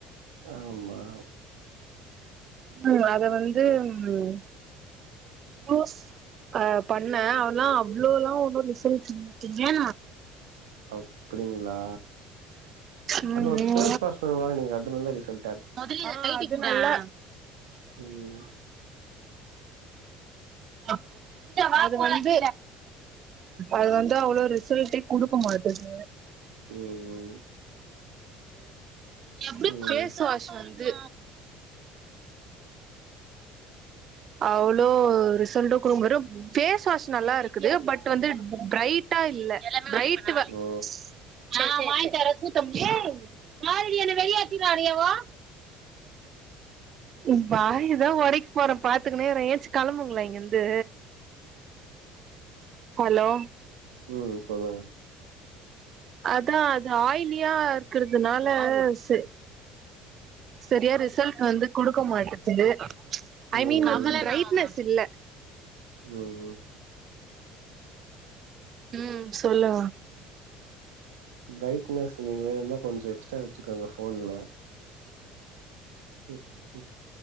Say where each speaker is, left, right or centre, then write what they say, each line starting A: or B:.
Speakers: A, on the right; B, on the right.
A: ஆமா
B: ம் அத வந்து ம் யோஸ் அ பண்ணே ஆனா அவ்ளோலா ஒன்னு ரிசல்ட் இல்ல
A: அப்டிங்ளா
B: ம்
A: அதுல ஒரு
B: ம்
A: ஃபேஸ் வாஷு வாங்னீங்ளே அது நல்ல ரிசல்ட்
B: ஆ அது நல்லா
A: ம்
B: அப் அது வந்து அது வந்து அவ்ளோ ரிசல்டே குடுக்க மாட்டுது
A: ம்
B: அந்த இது
A: ம்
B: பேஸ் வாஷ் இது அவ்ளோ ரிசல்டு குடுக்க வெரு ஃபேஸ் வாஷ் நல்லா இருக்குது பட் வந்து பிரைட் !!!
A: ஓ
B: !!!!!!! ஏ பாருடி என்னை வெளியேத்தினினாடிஅவோ உன் வாய தான் உடைக்க போறேன் பாத்து க்குனே இரன் ஏஞ்சி கிம்புங்களே இங்கிருந்து ஹலோ
A: ம் சொல்லுங்க
B: அதா அது ஆய்லியா இருக்குறதுனால செ செரியா ரிசல்ட் வந்து குடுக்க மாட்டுது ஐமீன்
A: ம் ம்
B: வந்து பிரைட்னஸ் இல்ல
A: ம்
B: ம் சொல்லுங்க
A: பிரைட்னஸ் நீங்க இன்ன கொஞ்ச எக்ஸ்ட்ரா வச்சுக்கோங்க ஃபோன்ல ம் ம்